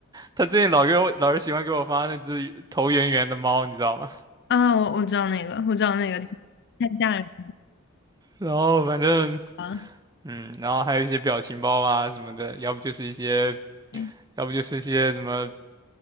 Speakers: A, on the right (about 20°); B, on the left (about 55°).
A: 他最近老给我老是喜欢给我发那只头圆圆的猫，你知道吗？
B: 啊，我我知道那个，我知道那个，太吓人
A: <laughs> 然后反正
B: 了。
A: 嗯，然后还有一些表情包啊什么的，要不就是一些，
B: 对，
A: 要不就是一些什么，